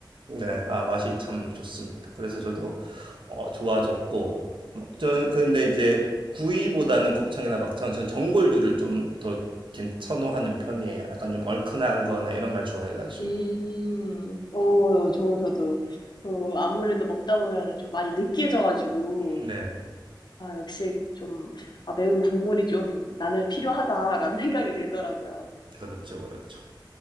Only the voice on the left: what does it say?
음, 어, 저, 저도, 어, 아무래도 먹다 보면은 좀 많이 느끼해져가지고,
아, 역시 좀, 아, 매운 국물이 좀 나는 필요하다라는 <laughs> 생각이 들더라고요.